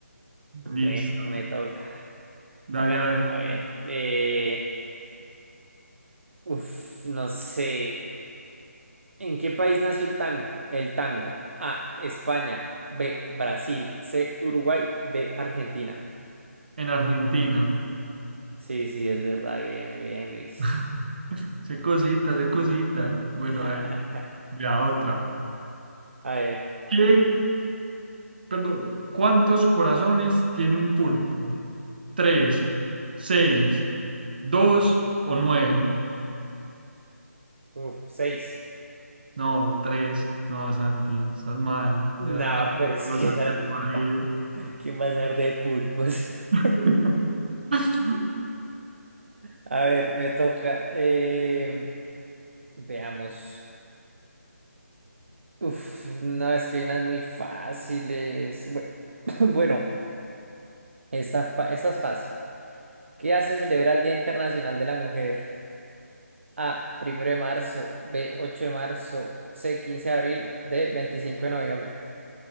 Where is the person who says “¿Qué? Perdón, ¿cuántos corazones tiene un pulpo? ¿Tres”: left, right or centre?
Right